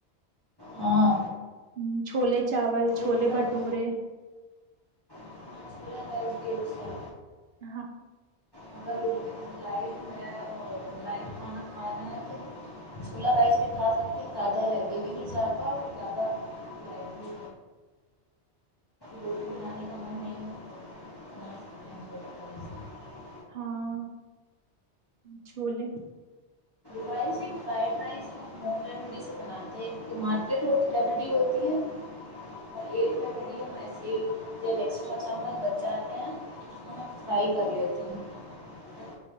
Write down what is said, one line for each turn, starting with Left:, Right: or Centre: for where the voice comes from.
Left: ہاں
Right: ہوں، چھولے چاول چھولے
Left: کے ساتھ
Right: بھٹورے
Left: ہاں چھولا بھی اھ
Right: ہاں
Left: اگر لٹ میں لائٹ کھانا کھانا ہے تو چھولا رائس بھی کھا سکتے ہیں زیادہ ہیوی بھی نہیں جاتا اور زیادہ ل بھی روٹی بنانے کا من نہیں ہے ہاں ج
Right: ہاں چھوولے
Left: ر ایک ف ر ریڈی سے بناتے ہیں تو مارکی ریڈی ہوتی ہے اور ایک ریڈی ایسے جب ایکسٹرا چاول ب جاتے ہیں تو اس میں فرائی کر لیتی ہوں